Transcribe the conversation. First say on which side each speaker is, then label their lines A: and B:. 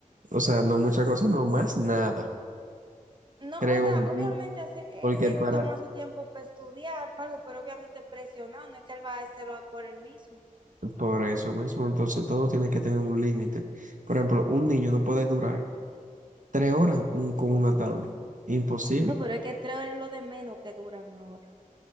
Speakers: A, on the right; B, on the right.
A: O sea, no muchas cosas, no más nada,
B: No,
A: creo
B: o sea, obviamente
A: yo.
B: hace, e-
A: Porque
B: él
A: para,
B: toma su tiempo para estudiar, para algo, pero obviamente presionado, no es que él va a hacerlo por él mismo.
A: Por eso mismo, entonces todo tiene que tener un límite. Por ejemplo, un niño no puede durar tres horas un- con una tablet. Imposible.
B: No, pero es que tres horas es lo de menos que duran ahora.